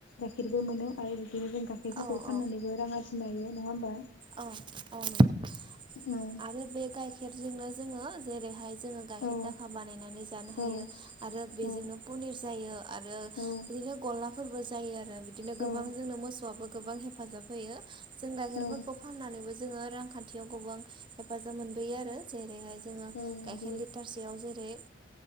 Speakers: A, on the left (about 80°); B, on the right (about 25°).
A: गाइखेरबो मोनो आरो बिदिनो जों गाखेरफोरखौ
B: औ
A: फाननानैबो
B: औ
A: रां आरजिनाय हायो नङा होमबा
B: औ औ नंगौ
A: औ
B: आरो बे गाइखेरजोंनो जोङो जेरैहाय जोङो गाइखेर
A: औ
B: दाखा बानायनानै जानो हायो
A: औ
B: आरो बेजोंनो
A: औ
B: पनिर जायो आरो
A: औ
B: बिदिनो गला फोरबो जायो आरो बिदिनो
A: औ
B: गोबां जोंनो मोसौआबो गोबां हेफाजाब होयो जों गाइखेरफोरखौ
A: औ
B: बो जोङो रांखान्थियाव गोबां हेफाजाब मोनबोयो आरो जेरैहाय जोङो
A: औ नंगौ
B: गाइखेर लिटारसेयाव जेरै